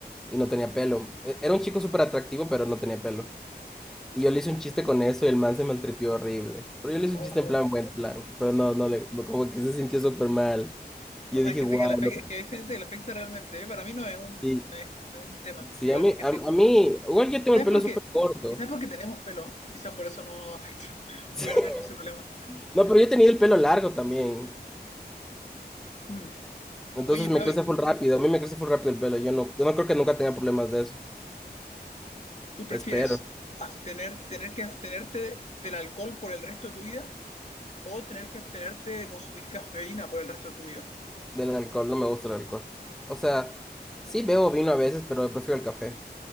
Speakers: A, in the centre; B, on the left (about 40°).
A: y no tenía pelo. E- Era un chico súper atractivo, pero no tenía pelo. Y yo le hice un chiste con eso y el man se maltripió horrible. Pero yo le hice
B: O,
A: un chiste en plan, buen plan. Pero no, no, le, no, como que se sintió súper mal.
B: o
A: Y
B: sea,
A: yo dije,
B: hay gente
A: wow,
B: que le afecta,
A: no.
B: que hay gente que le afecta realmente. ¿eh? Para mí no es un,
A: Sí,
B: no es, no es un tema.
A: sí,
B: Igual
A: a mí,
B: porque
A: a,
B: tengo,
A: a mí, igual yo tengo
B: quizás
A: el pelo
B: porque,
A: súper corto.
B: quizás porque tenemos pelo, quizás por eso no nos afecta, <laughs>
A: <laughs>
B: porque no tenemos ese problema.
A: No, pero yo he tenido el pelo largo también.
B: Mm.
A: Entonces
B: Oye, Fabi,
A: me crece full rápido. A mí me crece full rápido el pelo. Yo no, yo no creo que nunca tenga problemas de eso.
B: ¿tú prefieres
A: Espero.
B: abstener, tener que abstenerte del alcohol por el resto de tu vida o tener que abstenerte de consumir cafeína por el resto de tu vida?
A: Del alcohol, no me gusta el alcohol. O sea, sí bebo vino a veces, pero prefiero el café.